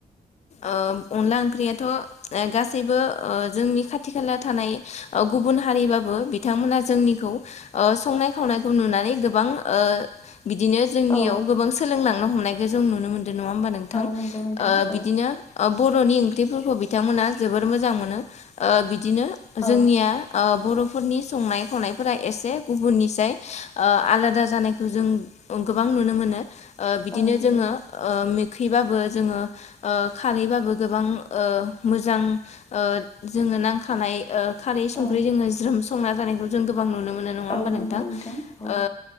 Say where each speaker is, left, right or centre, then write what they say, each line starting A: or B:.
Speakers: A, on the left; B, on the left.
A: ओ ओ अनला ओंख्रियाथ' ओ गासैबो ओ जोंनि खाथि खाला थानाय ओ गुबुन हारिबाबो बिथांमोना जोंनिखौ ओ संनाय खावनायखौ नुनानै गोबां ओ बिदिनो जोंनियाव
B: औ
A: गोबां सोलोंलांनो हमनायखौ जों नुनो मोनदों नङा होमबानो नों नोंथां
B: औ
A: ओ
B: नंगौ नोंथां
A: बिदिनो
B: औ
A: ओ बर'नि ओंख्रिफोरखौ बिथांमोना जोबोर मोजां मोनो ओ बिदिनो
B: औ
A: जोंनिया ओ बर'फोरनि संनाय खावनायफोरा एसे गुबुननिसाय ओ आलादा जानायखौ जों ओ गोबां नुनो मोनो ओ बिदिनो
B: औ नंगौ
A: जोङो ओ मोखैबाबो जोङो खारैबाबो गोबां ओ मोजां ओ जोङो नांखानाय ओ खारै संख्रि
B: औ
A: जोङो ज्रोम संना जानायखौ जों गोबां नुनो मोनो। नङा होमबा
B: औ नंगौ
A: नोंथां
B: औ
A: ओ